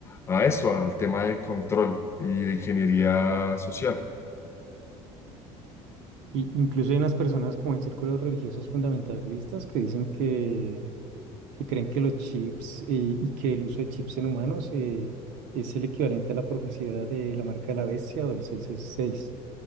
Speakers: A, on the left; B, on the right.
A: a eso, al tema de control y de ingeniería social.
B: Y incluso hay unas personas como en círculos religiosos fundamentalistas que dicen que que creen que los chips eh, y que el uso de chips en humanos eh, es el equivalente a la profecía de la marca de la bestia o del seiscientos sesenta y seis